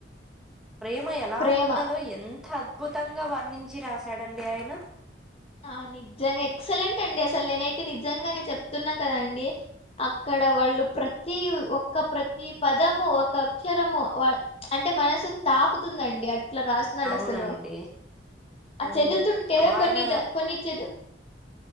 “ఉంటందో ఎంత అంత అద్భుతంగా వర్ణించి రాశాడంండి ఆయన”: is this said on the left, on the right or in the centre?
Centre